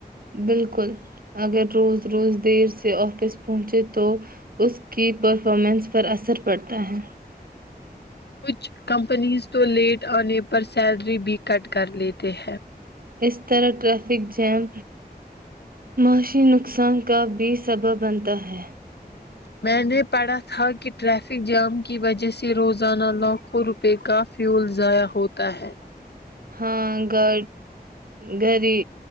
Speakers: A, on the right; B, on the left.
A: بالکل اگر روز روز دیر سے سے آفس پہنچت تو اس کی پرفارمنس پر اثر پڑتا ہے
B: کچھ کمپنیز تو لیٹ آنے پر سیلری بھی کٹ کر لیتے ہیں
A: اس طرح ٹریفک جیم معاشی نقصان کا بھی سبب بنتا ہے
B: میں نے پڑھا تھا کہ ٹریفک جام کی وجہ سے روزانہ لاکھوں روپے کا فیول ضائع ہوتا ہے
A: ہاں گا گڑی